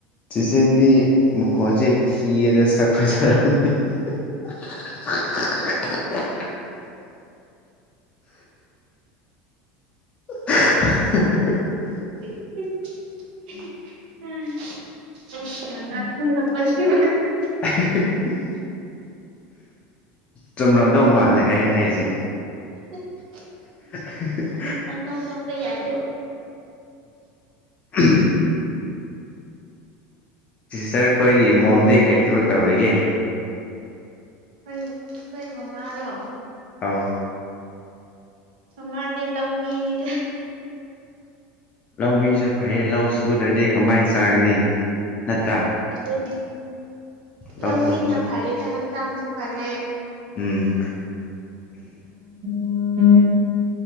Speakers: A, on the left; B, on the right.
A: ꯆꯤꯆꯦꯗꯤ ꯃꯈꯣꯟꯁꯦ ꯊꯤꯌꯦꯗ ꯁꯛ ꯐꯖꯔꯝꯅꯤ <unintelligible> <unintelligible>
B: ꯎ <unintelligible> ꯃꯁ <unintelligible>
A: <unintelligible> ꯆꯨꯝꯂꯝꯗꯧ ꯃꯥꯜꯂꯦ ꯑꯩ ꯍꯥꯏꯁꯦ
B: <unintelligible>
A: <unintelligible>
B: ꯄꯛꯅꯣꯛ ꯅꯣꯛꯄ ꯌꯥꯗꯦ
A: ꯎꯝ ꯁꯤꯁꯇꯔ ꯈꯣꯏꯒꯤ ꯃꯣꯝꯗꯤ ꯀꯔꯤ ꯊꯕꯛ ꯇꯧꯔꯤꯒꯦ
B: ꯑꯩꯈꯣꯏ ꯑꯩꯈꯣꯏ ꯃꯃꯥꯔꯣ
A: ꯑꯥꯎ
B: ꯃꯥꯅꯦ ꯂꯧꯃꯤꯅꯤꯗ
A: ꯂꯧꯥꯎ ꯃꯤꯁꯨ ꯐꯥꯏ ꯂꯥꯎ ꯨꯗꯗꯤ ꯀꯃꯥꯏꯅ ꯆꯥꯒꯅꯤ ꯅꯠꯇ꯭ꯔꯥ
B: ꯑꯗꯨꯅꯦ
A: ꯂꯧ
B: ꯂꯧꯃꯤꯅ
A: ꯁꯨꯕꯁꯨ
B: ꯐꯔꯦꯅꯦ ꯍꯛꯆꯥꯡꯁꯨ ꯐꯔꯦ
A: ꯎꯝ
B: ꯎꯝ